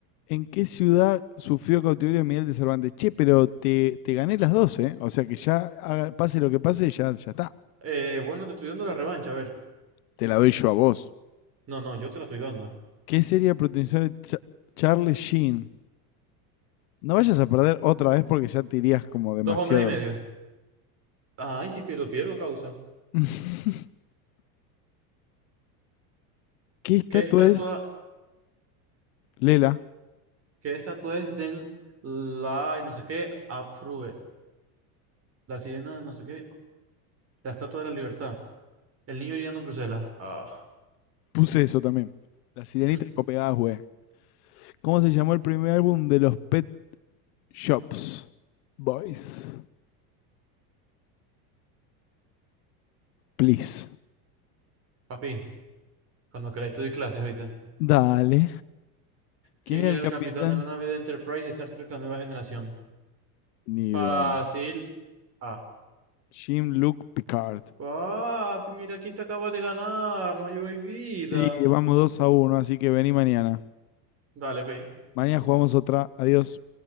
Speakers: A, on the left; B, on the right.
A: ¿En qué ciudad sufrió cautiverio Miguel de Cervantes? Che, pero te, te gané las dos, ¿eh? O sea que ya haga- pase lo que pase, ya, ya está.
B: Eh, bueno, te estoy dando la revancha, a ver.
A: Te la doy yo a vos.
B: No, no, yo te la estoy dando.
A: ¿Qué sería protagonizar Cha- Charlie Sheen? No vayas a perder otra vez porque ya te irías como demasiado.
B: Dos hombres y medio. Ay, si pierdo, pierdo, causa.
A: <laughs> ¿Qué estatua
B: ¿Qué estatua,
A: es Lela?
B: qué estatua es Den la y no sé qué? Afrue. La sirena de no sé qué. La estatua de la libertad. El niño hiriendo en Bruselas. Ah,
A: Puse eso también. La sirenita
B: <laughs>
A: de Copenhague. ¿Cómo se llamó el primer álbum de los Pet Shops? Boys. Please.
B: papi. Cuando queráis te doy clases, oíste.
A: Dale.
B: ¿Quién
A: ¿Quién era
B: era
A: el
B: el
A: capitán?
B: capitán de la nave de Enterprise de Star Trek, la nueva generación?
A: Ni
B: Fácil.
A: idea.
B: Ah.
A: Jim Luke Picard.
B: Papi, mira quién te acaba de ganar. No lleváis vida.
A: Sí, vamos 2 a uno, así que vení mañana.
B: Dale, P.
A: Mañana jugamos otra. Adiós.